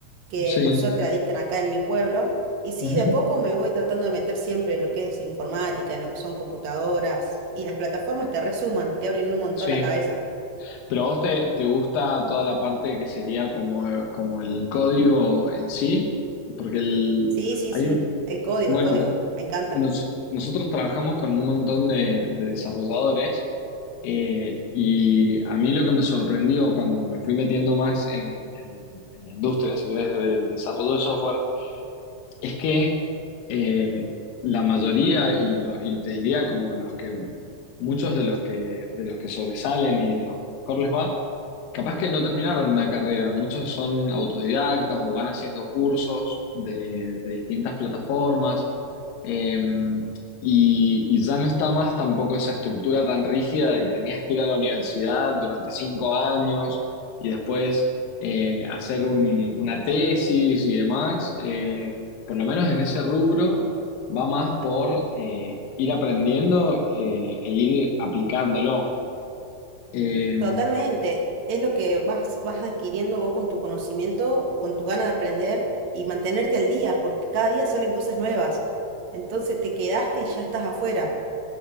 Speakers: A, on the right; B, on the left.
A: que
B: sí,
A: por suerte la dictan acá en mi pueblo. Y sí,
B: ujú,
A: de a poco me voy tratando de meter siempre en lo que es informática, en lo que son computadoras, y las plataformas te resuman, te abren un montón
B: sí.
A: la cabeza.
B: Pero a vos te, te gusta toda la parte que sería como, como el código en sí, porque el,
A: Sí, sí,
B: hay,
A: sí,
B: un-
A: el código,
B: bueno,
A: el código, me encanta.
B: nos- nosotros trabajamos con un montón de, de desarrolladores eh, y a mí lo que me sorprendió cuando me fui metiendo más en, en- en la industria, si querés, del desarrollo de software, es que eh, la mayoría, y, lo- y te diría como los que, muchos de los que, de los que sobresalen y de los que mejor les va, capaz que no terminaron una carrera, muchos son autodidactas o van haciendo cursos de, de distintas plataformas, eh, y, y ya no está más tampoco esa estructura tan rígida de que tenías que ir a la universidad durante cinco años y después eh, hacer un- una tesis y demás. eh, por lo menos en ese rubro, va más por eh, ir aprendiendo eh, e ir aplicándolo. Eh,
A: Totalmente, es lo que vas, vas adquiriendo vos con tu conocimiento, con tus ganas de aprender y mantenerte al día, porque cada día salen cosas nuevas. Entonces te quedaste y ya estás afuera.